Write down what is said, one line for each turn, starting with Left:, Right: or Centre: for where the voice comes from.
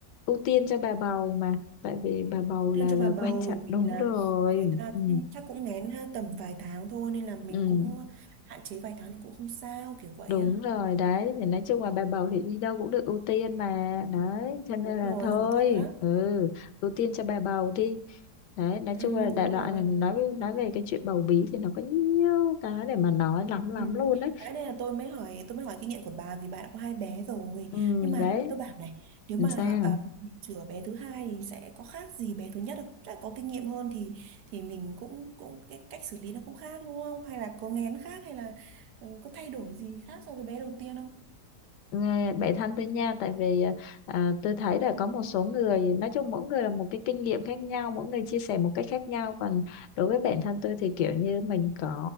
Left: ưu tiên cho bà bầu mà tại vì bà bầu
Right: ưu tiên
Left: là
Right: cho
Left: là
Right: bà bầu
Left: <laughs> quan trọng
Right: bởi
Left: đúng
Right: vì là
Left: rồi
Right: người ta cũng,
Left: ừ
Right: chắc cũng nghén ha, tầm vài tháng thôi nên là mình
Left: ừ
Right: cũng hạn chế vài tháng thì cũng không sao kiểu vậy
Left: đúng
Right: á
Left: rồi đấy thì nói chung là bà bầu thì đi đâu cũng được ưu tiên mà đấy cho nên
Right: đúng
Left: là
Right: rồi
Left: thôi
Right: khổ thân lắm
Left: ừ ưu tiên cho bà bầu đi đấy nói
Right: ừ,
Left: chung là đại
Right: đúng
Left: loại
Right: rồi
Left: là nói nói về cái chuyện bầu bí thì nó có nhiều cái để mà nói lắm lắm
Right: Ừ.
Left: luôn đấy
Right: Đấy đây là tôi mới hỏi tôi mới hỏi kinh nghiệm của bà vì bà đã có hai bé rồi
Left: ừ
Right: nhưng mà
Left: đấy
Right: tôi bảo này nếu
Left: làm
Right: mà
Left: sao
Right: à, chữa bé thứ hai thì sẽ có khác gì bé thứ nhất không? Chắc có kinh nghiệm hơn thì thì mình cũng cũng cái cách xử lý nó cũng khác đúng không? Hay là có nghén khác hay là ừ, có thay đổi gì khác so với bé đầu tiên không?
Left: Nghe Bạn thân tôi nha tại vì ờ, à, tôi thấy là có một số người nói chung mỗi người là một cái kinh nghiệm khác nhau mỗi người chia sẻ một cách khác nhau còn đối với bản thân tôi thì kiểu như mình có